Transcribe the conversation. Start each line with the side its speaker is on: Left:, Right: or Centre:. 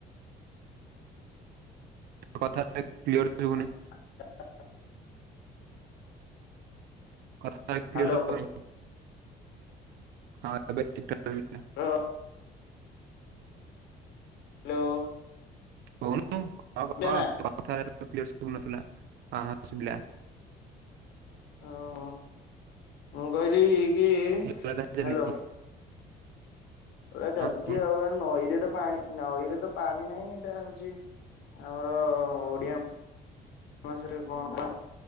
Right: କଥାଟା କ୍ଲିୟର ଶୁଭୁନି।
Left: ଆ ଟା।
Right: କଥା କ୍ଲିୟର
Left: ହ୍ୟାଲୋ
Right: ଶୁଭୁନି ହଁ ଏବେ ଠିକ ଠାକ ଶୁଭିଲା।
Left: ର ହାଲୋ।
Right: କହୁନୁ କହ କହ
Left: ନା?
Right: ତୋ କଥା <unintelligible> କ୍ଲିୟର ଶୁଭୁ ନଥିଲା ହଁ ହଁ ଶୁଭିଲା।
Left: ଓହୋ ମୁଁ କହିଲି କି
Right: ଏଇଭଳିଆ ତାହେଲେ ଚାଲିଛି।
Left: ହାଲୋ। ଏ <unintelligible> ଚାଲିଚି
Right: ହଁ କୁହନ୍ତୁ।
Left: ଆଉ ନଈରେ ତ ପାଣି। ନଈରେ ତ ପାଣି ନାହିଁ ଏଇଟା ହଉଛି ଆମର ଓଡିଆ। ନସ ରେ କଣ <unintelligible>